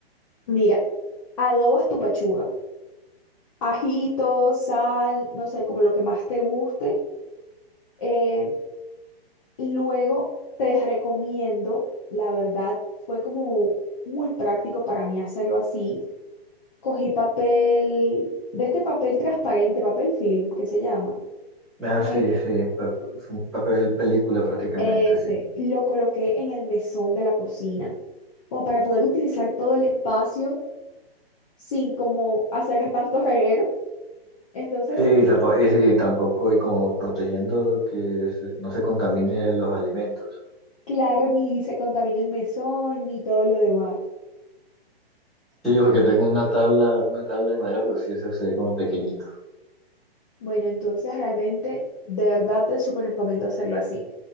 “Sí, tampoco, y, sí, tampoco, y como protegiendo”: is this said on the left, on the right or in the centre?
Centre